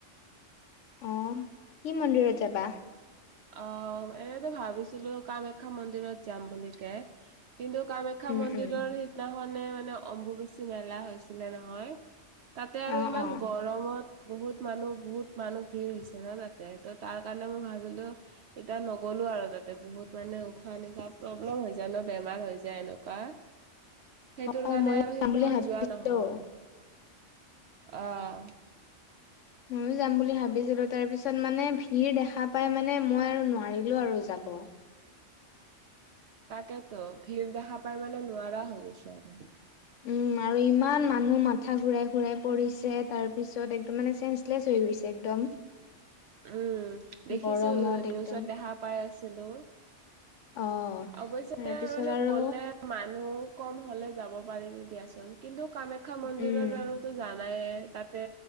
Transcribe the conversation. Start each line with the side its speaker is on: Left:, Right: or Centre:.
Left: আহ কি মন্দিৰত যাবা
Right: অঁ এনেতো ভাবিছিলো কামাখ্যা মন্দিৰত যাম বুলি কে কিন্তু কামাখ্যা
Left: উম
Right: মন্দিৰৰ
Left: উম
Right: সিদিনাখনে মানে অম্বু বেচি মেলা হৈছিলে নহয় তাতে আৰু
Left: অ
Right: ইমান
Left: অ
Right: গৰমত বহুত মানুহ বহুত মানুহ ভিৰ হৈছে ন তাত ত তাৰ কাৰণে মই ভাবিলো এতিয়া নগলো আৰু তাতে বহুত মানে উশাহ নিশাহ প্ৰব্লেম হৈ যা ন বেমাৰ হৈ যায় এনেকুৱা সেইটোৰ
Left: অ
Right: কাৰণে
Left: ময়ো
Right: আৰু সিদিনাখন
Left: যাম বুলি ভাবিছিলো
Right: যোৱা নহল আহ
Left: মইয়ো যাম বুলি ভাবিছিলো তাৰ পিছত মানে ভিৰ দেখা পাই মানে মই আৰু নোৱাৰিলো আৰু যাম অঁ
Right: তাকতো ভিৰ দেখা পাৰেমানে নোৱাৰা হৈ গৈছো আৰু
Left: উম আৰু ইমান মানুহ মাথা ঘুৰাই ঘুৰাই পৰিছে তাৰ পিছত একদম মানে চেঞ্চলেচ হৈ একদম
Right: উম দেখিছো
Left: গৰমত
Right: নিউজত
Left: একদম
Right: দেখা পাই আছিলো
Left: অ
Right: অৱশ্য
Left: তাৰপিছত
Right: মানে
Left: আৰু
Right: গলে মানুহ কম হলে যাব পাৰে নি দিয়াচোন কিন্তু কামাখ্যা
Left: উম
Right: মন্দিৰৰ আৰুতো জানায়ে তাতে